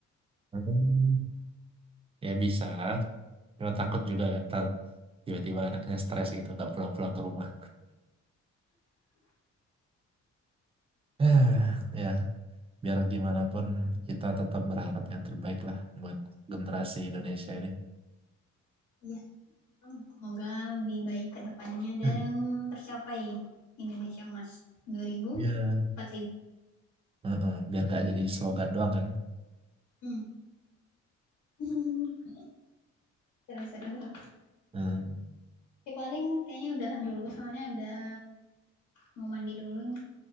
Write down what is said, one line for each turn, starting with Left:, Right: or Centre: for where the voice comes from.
Right: Hmm, Ya bisa, cuma takut juga kan ntar tiba-tiba anaknya stres gitu, nggak pulang-pulang ke rumah. <sighs> Ya, biar gimana pun kita tetap berharap yang terbaik lah buat generasi Indonesia ini.
Left: iya semoga lebih baik ke depannya dan
Right: <laughs>
Left: tercapai Indonesia Emas 2045
Right: Ya, Heeh, biar nggak jadi slogan doang kan.
Left: hmm. <laughs> seru seru seru
Right: Hmm.
Left: ya, paling kayaknya udahan dulu soalnya udah mau mandi dulu nih